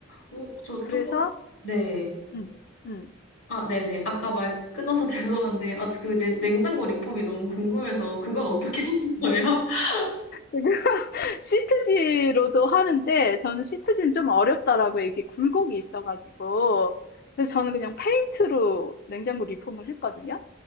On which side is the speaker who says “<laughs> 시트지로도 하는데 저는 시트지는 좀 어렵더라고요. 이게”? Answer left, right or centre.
Left